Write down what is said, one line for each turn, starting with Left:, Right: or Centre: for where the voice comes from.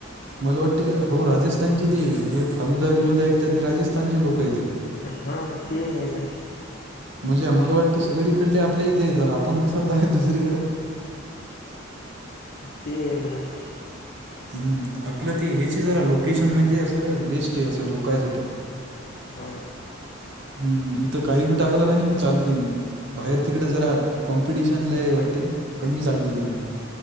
Right: मला वाटते. हो राजस्थानची ती हे फालुदा विलुदा विकतात हे राजस्थानचे लोक येते.
Left: हा ते आहे. तर
Right: म्हणजे मला वाटते. सगळीकडले आपल्या इथे येतात आपण कशाला जायच आहे दुसरीकडें.
Left: ते. म्ह <unintelligible>
Right: हम्म आपलं ते ह्याची जरा लोकेशन म्हणजे. असं बेस्ट आहे. असं लोकांसाठी.
Left: हो
Right: हम्म. इथं काही बी टाकलं का नाही की चालते. बाहेर तिकडं जरा कॉम्पिटिशन लय आहे वाटते कमी चालते तिकडं.